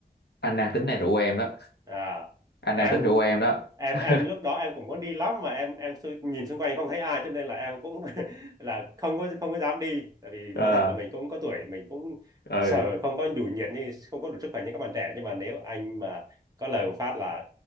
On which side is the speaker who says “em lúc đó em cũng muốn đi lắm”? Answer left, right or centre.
Right